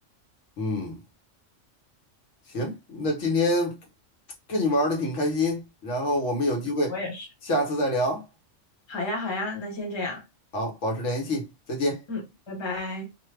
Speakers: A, on the left; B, on the left.
A: 嗯，行，那今天跟你玩的挺开心，然后我们有机会下次再聊，
B: 我也是，好呀好呀，那先这样，
A: 好，保持联系，再见。
B: 嗯，拜拜。